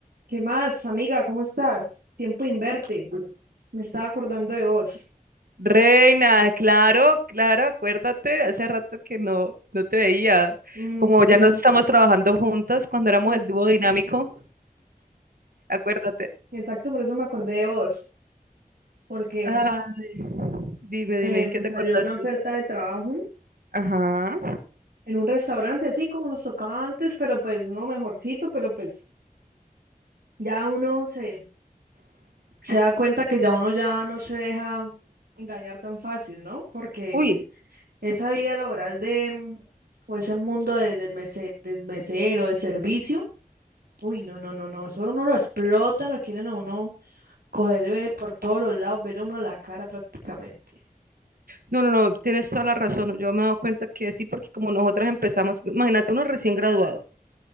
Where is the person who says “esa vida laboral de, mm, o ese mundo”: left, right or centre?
Right